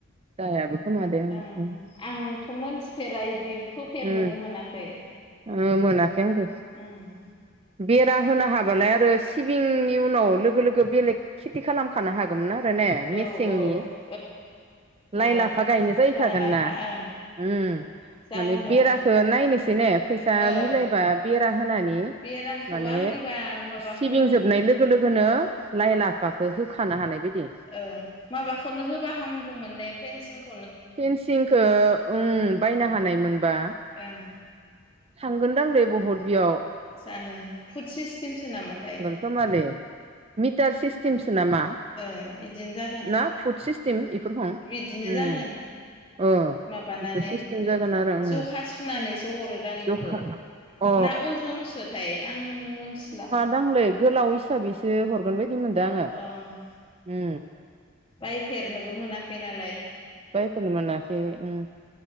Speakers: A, on the right; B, on the left.
A: जायाबो खोमा दे उम
B: ओं आंथ' मोनथिफेरा बिदि फोफेरनोबो
A: उम
B: मोनाखै।
A: ओ मोनाखै आंबो।
B: ओं
A: बेरा होनो हाबालाय आरो सिबिंनि उनाव लोगो लोगो बेलेग खेथि खालाम खानो हागौमोन आरो ने
B: औ
A: मेसेंनि।
B: औ ओं। माबा
A: लाइ लाफा गायनो जाहैखागोन
B: लाइ लाफा
A: ना।
B: ओं
A: उम
B: जागौमोन
A: माने बेरााखो नायनोसै
B: बे
A: ने फैसा
B: ओ
A: मिलायबा बेरा होनानै
B: बेराखौ
A: माने
B: आंनिबा माबाखौनो
A: सिबिं जोबनाय लोगो लोगो लोगोनो लाइ लाफाखौ होखानो हानाय बायदि
B: ओं माबाखौनो होबा हामगौमोन ने फेनसिंखौ।
A: फेनसिंखौ उ बायनो हानायमोनबा।
B: ओं
A: थांगोनदांलै बहत बियाव
B: जानो फुड सिस्टेमसो नामाथाय।
A: खोमाले मिटार सिस्टेमसो नामा?
B: ओ इदिनो जागोन
A: ना फुद सिस्टेम बेफोर हम
B: बिदिनो
A: उम
B: जागोन
A: ओ
B: माबानानै
A: बेफोर सिस्टेम जागोन आरो उम
B: जखा सुनानैसो हरोदां बेखौ।
A: जखा अ
B: ना अजनसोथाय आं मोनथिला।
A: नांलै गोलाव हिसाबैसो हरगोन बायदि मोनदों आङो।
B: ओं
A: उ
B: बायफेरनोबो मोनाखै नालाय।
A: बायफेरनो मोनाखै उम